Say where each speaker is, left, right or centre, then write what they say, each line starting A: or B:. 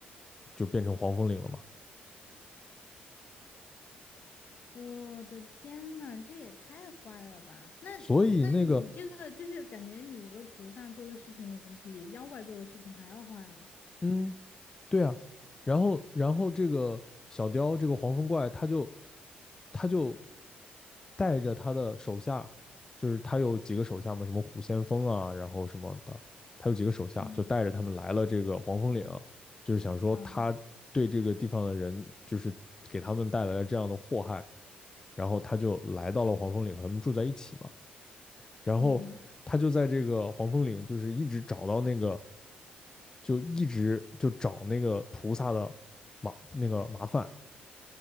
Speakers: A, on the left (about 20°); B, on the left (about 55°).
A: 就变成黄风岭了嘛。
B: 我的天呐，这也太坏了吧！那那你这个就是感觉你一个菩萨做的事情比妖怪做的事情还要坏。
A: 所以那个嗯，对啊，然后然后这个小雕这个黄风怪，他就他就带着他的手下，就是他有几个手下嘛，什么虎先锋啊，然后什么的，他有几个手下，
B: 嗯
A: 就带着他们来了这个黄风岭，就是想说他对这个地方的人，
B: 啊，
A: 就是给他们带来了这样的祸害，然后他就来到了黄风岭和他们住在一起嘛，然后他就在这个黄风岭，
B: 嗯
A: 就是一直找到那个。就一直就找那个菩萨的麻那个麻烦，